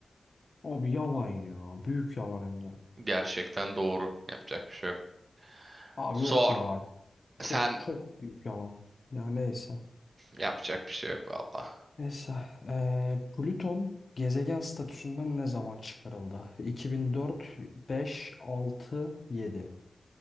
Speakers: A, on the left; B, on the right.
A: Abi yalan ya. Büyük yalan hem de.
B: Gerçekten doğru. Yapacak bir şey yok.
A: Abi
B: Sor.
A: yok ya.
B: Sen
A: Çok çok büyük yalan. Ya neyse.
B: yapacak bir şey yok valla.
A: Neyse. eee, Plüton gezegen statüsünden ne zaman çıkarıldı? 2004, 5, 6, 7.